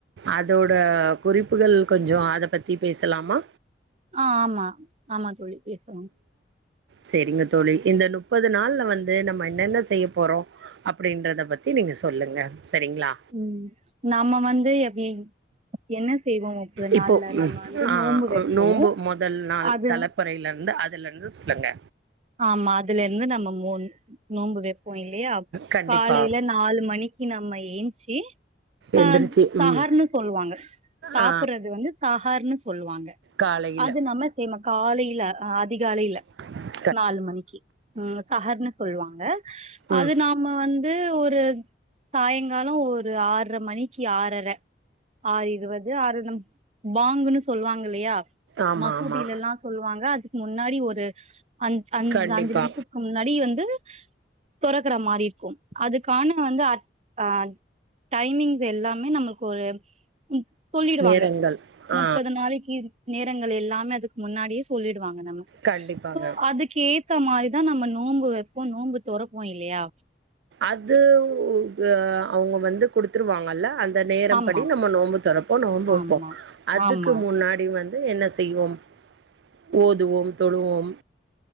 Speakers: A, on the right (about 75°); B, on the right (about 35°).
A: அதோட குறிப்புகள் கொஞ்ச அத பத்தி பேசலாமா
B: ஆ ஆமா ஆமா தோழி பேசலா
A: சேரிங்க தோழி இந்த நுப்பது நாள்ல வந்து நம்ம என்னென்ன செய்ய போறோ அப்டின்றத பத்தி நீங்க சொல்லுங்க செரிங்ளா
B: ம் நம்ம வந்து எப்டி என்ன செய்வோ முப்பது
A: இப்போ
B: நாள்ல நம்ம
A: ம்
B: வந்து
A: ஆ
B: நோம்பு வெப்போ
A: அ நோம்பு மொதல் நாள்
B: அது
A: தல பொறையில இருந்து அதுலருந்து சொல்லுங்க
B: ஆமா அதுலருந்து நம்ம மூன் நோம்பு வெப்போ இல்லையா
A: கண்டிப்பா
B: காலைல நா நாலு மணிக்கு நம்ம ஏந்ச்சு ஆ
A: எந்திரிச்சு
B: தகர்ன்னு
A: ம்
B: சொல்லுவாங்க சாப்புட்றது
A: ஆ
B: வந்து சஹர்ன்னு சொல்லுவாங்க
A: காலையில
B: அது நம்ம சேமா காலைல அதிகாலைல
A: <inaudible>
B: நாலு மணிக்கு ம் சஹர்ன்னு சொல்லுவாங்க அது
A: ம்
B: நா நம்ம வந்து ஒரு சாய்ங்கால ஒரு ஆற்ர மணிக்கு ஆறர ஆறு இருவது ஆறுநுப் பாங்குன்னு சொல்லுவாங்க இல்லையா
A: ஆமா
B: மசூதிலலா
A: ஆமா
B: சொல்லுவாங்க அதுக்கு முன்னாடி ஒரு அஞ் அஞ்
A: கண்டிப்பா
B: அஞ்சு நிம்ஷத் க்கு முன்னாடி வந்து தொறக்குற மாரி இருக்கு அதுக்கான வந்து அர்த் அ டைமிங்ஸ் எல்லாமே நமக்கு ஒரு ம் சொல்லிடுவாங்க
A: நேரங்கள் ஆ
B: முப்பது நாளைக்கி நேரங்கள் எல்லாமே அதுக்கு முன்னாடியே சொல்லிடுவாங்க நம்ம
A: கண்டிப்பாங்க
B: அதுக்கு ஏத்த மாரிதா நம்ம வெப்போ நோம்பு தொரப்போ இல்லையா
A: அது உ ஆ அவுங்க வந்து குடுத்துருவாங்கல்ல அல் அந்த நேரப்படி
B: ஆமாம்
A: நம்ம நோம்பு தொரப்போ நோம்பு
B: ஆமாம்
A: வெப்போ அதுக்கு
B: ஆமாம்
A: முன்னாடி வந் ட்டு என்ன செய்வோம் ஓதுவோம் தொழுவோம்